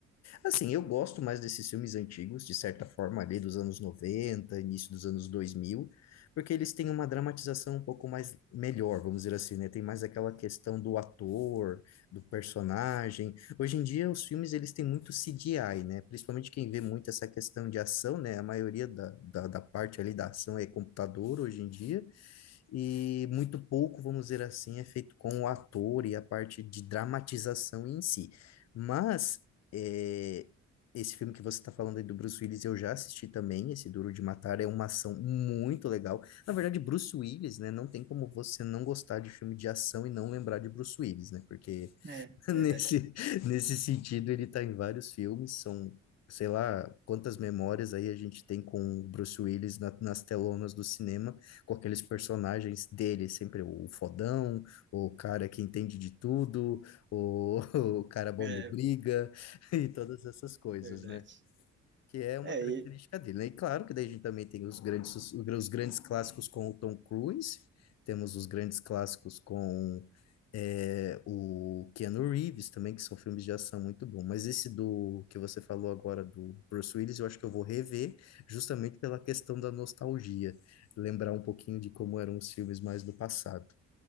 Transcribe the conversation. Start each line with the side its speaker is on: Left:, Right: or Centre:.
Left: Assim, eu gosto mais desses filmes antigos, de certa forma, ali dos anos noventa início dos anos dois mil porque eles têm uma dramatização um pouco mais melhor, vamos dizer assim, né? Tem mais aquela questão do ator, do personagem. Hoje em dia, os filmes, eles têm muito CGI, né? Principalmente quem vê muito essa questão de ação, né? A maioria da, da, da parte ali da ação é computador hoje em dia e muito pouco, vamos dizer assim, é feito com o ator e a parte de dramatização em si. Mas é, esse filme que você está falando aí do Bruce Willis, eu já assisti também, esse Duro de Matar, é uma ação muito legal. Na verdade, Bruce Willis, né? Não tem como você não gostar de filme de ação e não lembrar de Bruce Willis, né? Porque
Right: É,
Left: <laughs>
Right: verdade.
Left: Nesse, nesse sentido, ele tá em vários filmes, são, sei lá, quantas memórias aí a gente tem com o Bruce Willis na- nas telonas do cinema, com aqueles personagens dele, sempre o fodão, o cara que entende de tudo, o, <laughs> o cara bom
Right: É,
Left: do briga, <laughs> e todas essas coisas,
Right: verdade.
Left: né? que é uma
Right: É,
Left: característica
Right: e,
Left: dele, né? E claro que daí a gente também tem os grandes, os, os grandes clássicos com o Tom Cruise, temos os grandes clássicos com é, o Keanu Reeves também, que são filmes de ação muito bons. Mas esse do que você falou agora do Bruce Willis, eu acho que eu vou rever justamente pela questão da nostalgia, lembrar um pouquinho de como eram os filmes mais do passado.